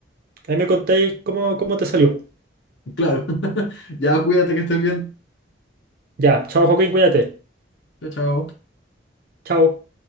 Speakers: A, on the right; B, on the left.
A: ahí me contéis cómo, cómo te salió.
B: Claro. <laughs> Ya cuídate que estés bien.
A: Ya, chao, Joaquín, cuídate.
B: Chao, chao.
A: Chao.